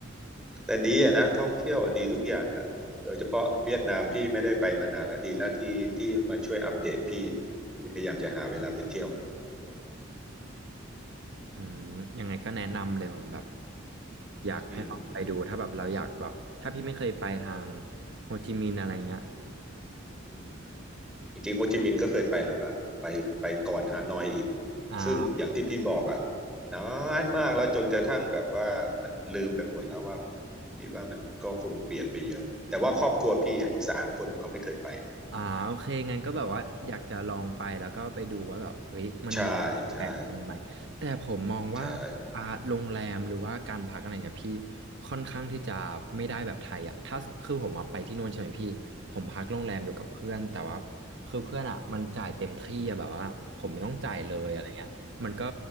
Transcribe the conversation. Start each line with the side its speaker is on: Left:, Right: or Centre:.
Centre: แต่ดีอะนะท่องเที่ยวอะดีทุกอย่างแหละโดยเฉพาะเวียดนามพี่ไม่ได้ไปมานานแล้วดีแล้วที่ที่มาช่วยอัปเดตพี่พี่พยายามจะหาเวลาไปเที่ยว
Right: อืมยังไงก็แนะนำเลยผมแบบอยากให้ลองไปดูถ้าแบบเราอยากแบบถ้าพี่ไม่เคยไปทาง
Centre: อืมอืม
Right: โฮจิมินห์อะไรเงี้ย
Centre: อืม จริงๆโฮจิมินห์ก็เคยไปแล้วล่ะไปไปก่อนฮานอยอีก
Right: อ่า
Centre: ซึ่งอย่างที่พี่บอกอ่ะนานมากแล้วจนกระทั่งแบบว่ามันลืมไปหมดแล้วว่าพี่ว่ามันก็คงเปลี่ยนไปเยอะแต่ว่าครอบครัวพี่อ่ะอีกสามคนน่ะเขาไม่เคยไป
Right: อ่าโอเคงั้นก็แบบว่าอยากจะลองไปแล้วก็ไปดูว่าแบบเฮ้ยมันมีความแพงอะไรอย่างงี้ไหมแต่ผมมองว่าอ่าโรงแรมหรือว่าการพักอะไรเงี้ยพี่
Centre: ใช่ใช่ใช่
Right: ค่อนข้างที่จะไม่ได้แบบไทยอ่ะถ้าคือผมมาไปที่นู่นใช่ไหมพี่ผมพักโรงแรมอยู่กับเพื่อนแต่ว่าคือเพื่อนอ่ะมันจ่ายเต็มที่อะแบบว่าผมไม่ต้องจ่ายเลยอะไรเงี้ยมันก็
Centre: อืม